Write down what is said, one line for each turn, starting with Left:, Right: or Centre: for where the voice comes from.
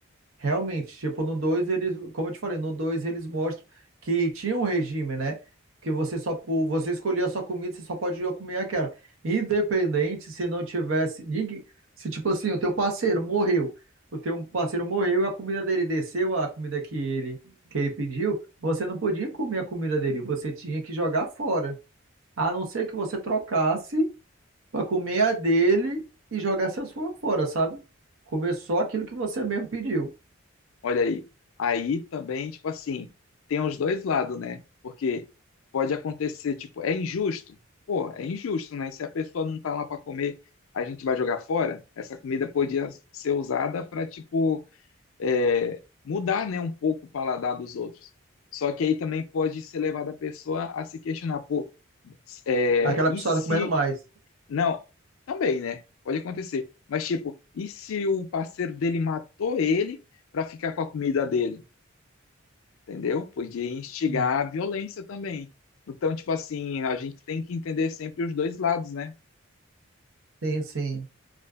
Right: Realmente, tipo, no 2 eles, como eu te falei, no 2 eles mostram que tinha um regime, né? Que você só po- você escolhia a sua comida, você só pode comer aquela. Independente se não tivesse ninguém, se tipo assim, o teu parceiro morreu, o teu parceiro morreu e a comida dele desceu, a comida que ele que ele pediu, você não podia comer a comida dele, você tinha que jogar fora. A não ser que você trocasse para comer a dele e jogasse a sua fora, sabe? Comer só aquilo que você mesmo pediu.
Left: Olha aí. Aí também, tipo assim, tem os dois lados, né? Porque pode acontecer, tipo, é injusto? Pô, é injusto, né? Se a pessoa não tá lá para comer, a gente vai jogar fora? Essa comida podia ser usada para, tipo, é, mudar, né, um pouco o paladar dos outros. Só que aí também pode ser levado a pessoa a se questionar, pô, é,
Right: Aquela
Left: e
Right: pessoa
Left: se.
Right: tá comendo mais.
Left: Não, também, né? Pode acontecer. Mas, tipo, e se o parceiro dele matou ele para ficar com a comida dele? entendeu? Podia instigar
Right: Uhum.
Left: a violência também. Então, tipo assim, a gente tem que entender sempre os dois lados, né?
Right: Sim, sim.